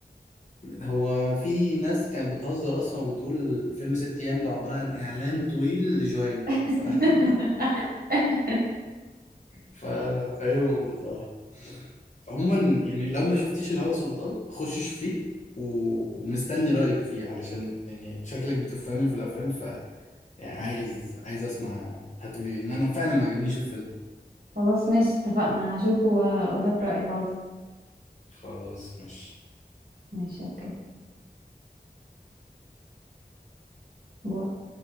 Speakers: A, on the left; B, on the right.
A: هو في ناس كانت بتهزر اصلا وبتقول فيلم ست ايام ده عباره عن اعلان طويل لجهينة
B: <laughs>
A: ف... <laughs> ف... فاهمهم بصراحه عموما يعني لو ما شفتيش الهوى سلطان خش شوف فيه و- ومستني رأيك فيه علشان يعني شكلك بتفهمي في الأفلام ف يعني عايز عايز أسمع هتقولي إن أنا فعلا ما عجبنيش الفيلم
B: خلاص ماشي اتفقنا هشوفه واقول لك رأيي حاضر
A: خلاص ماشي
B: ماشي اوكي باي.